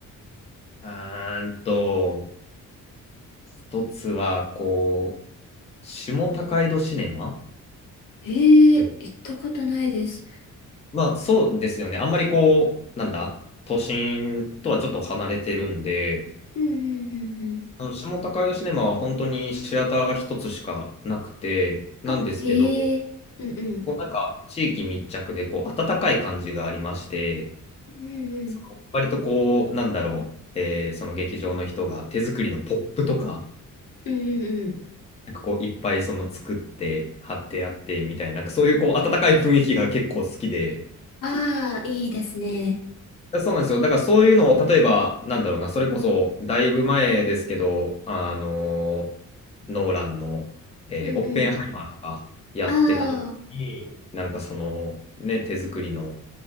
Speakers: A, on the left (about 20°); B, on the left (about 85°).
A: うーんと、一つは、こう、下高井戸シネマ
B: ええー、
A: でも、
B: 行ったことないです。
A: まあ、そうですよね。あんまりこう、なんだ、都心とはちょっと離れてるんで、
B: うんうんうんうん。
A: あの下高井戸シネマは本当にシアターが一つしかなくて、なんですけど、
B: あ、へえ。うんうん。
A: こうなんか地域密着でこう温かい感じがありまして、
B: うんうん。
A: その割とこう、なんだろう、えーその劇場の人が手作りのポップとか、
B: うんうんうん。
A: なんかこういっぱいその作って貼ってあってみたいな、なんかそういうこう温かい雰囲気が結構好きで、
B: ああ、いいですね。
A: そうなんですよ。だからそういうのを例えば、なんだろうな、それこそだいぶ前ですけど、あのーノーランの、えーオッペンハイマーとかやってた時に、
B: うんうん。ああ、
A: なんかそのね、手作りの